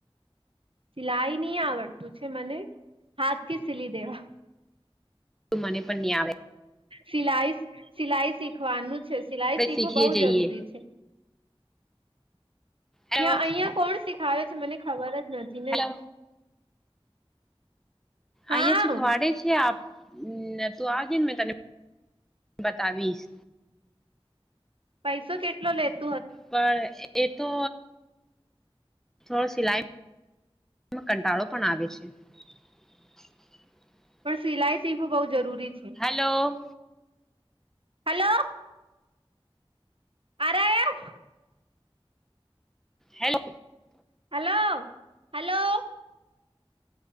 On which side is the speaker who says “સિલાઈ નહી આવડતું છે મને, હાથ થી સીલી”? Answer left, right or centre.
Right